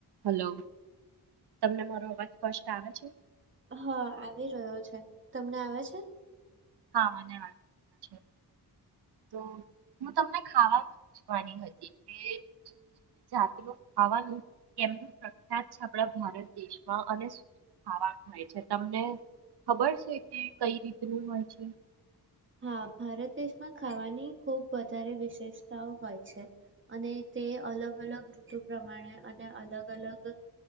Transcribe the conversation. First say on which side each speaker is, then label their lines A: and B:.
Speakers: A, on the right; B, on the right.
A: હલો. તમને મારો અવાજ સ્પષ્ટ આવે છે?
B: હા આવી રહ્યો છે. તમને આવે છે?
A: હા મને આવી રહ્યા છે. તો હું તમને ખાવાનું પૂછવાની હતી કે જુદી જુદી જાતનું ખાવાનું કેમનું પ્રખ્યાત છે આપડા ભારત દેશમાં અને શું શું ખાવાનું હોય છે તમને ખબર છે કે કઈ રીતનું હોય છે?
B: હા ભારત દેશમાં ખાવાની ખુબ વધારે વિશેષતાઓ હોય છે. અને તે અલગ અલગ ઋતુ પ્રમાણે અને અલગ અલગ